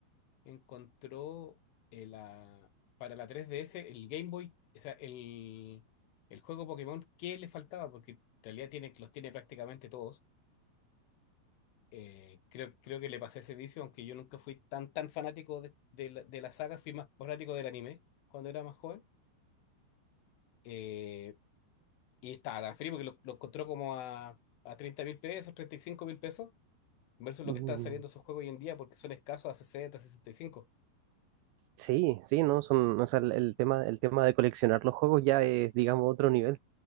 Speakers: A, on the left; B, on the right.
A: encontró eh, la, para la 3DS el Game Boy, o sea, el, el juego Pokémon que le faltaba, porque en realidad tiene, los tiene prácticamente todos. Eh, creo, creo que le pasé ese vicio, aunque yo nunca fui tan, tan fanático de, de la, de la saga, fui más fanático del anime cuando era más joven. Eh, y estaba tan frío porque lo, lo encontró como a, a treinta mil pesos, treinta y cinco mil pesos versus
B: Mm.
A: lo que están saliendo esos juegos hoy en día porque son escasos a sesenta, sesenta y cinco.
B: Sí, sí, no, son, o sea, el, el tema, el tema de coleccionar los juegos ya es, digamos, otro nivel.